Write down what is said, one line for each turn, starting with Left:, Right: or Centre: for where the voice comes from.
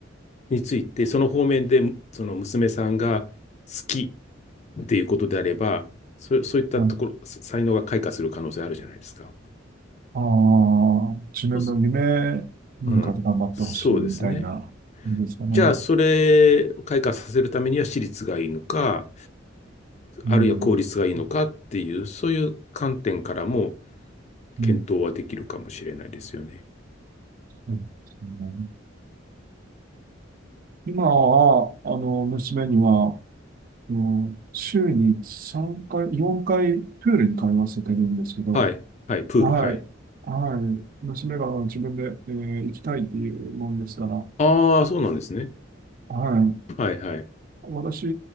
Left: について、その方面で、その娘さんが好きっていうことであれば、そ、そういったところ、
Right: はい
Left: 才能が開花する可能性あるじゃないですか。
Right: ああ、自分の夢に向かって頑張ってほしいみたいな感じですかね。
Left: そううん、そうですね。じゃあ、それを開花させるためには私立がいいのか、あるいは公立がいいのかっていう、
Right: うん、
Left: そういう観点からも
Right: うん、
Left: 検討はできるかもしれないですよね。
Right: そうですね。今は、あの、娘には、あの週に3回、4回プールに通わせてるんですけど、
Left: はい。はい。プール。
Right: はい、
Left: はい。
Right: はい、娘が自分で、えー行きたいっていうもんですから、
Left: ああ、そうなんですね。
Right: はい、
Left: はい。はい。
Right: 私、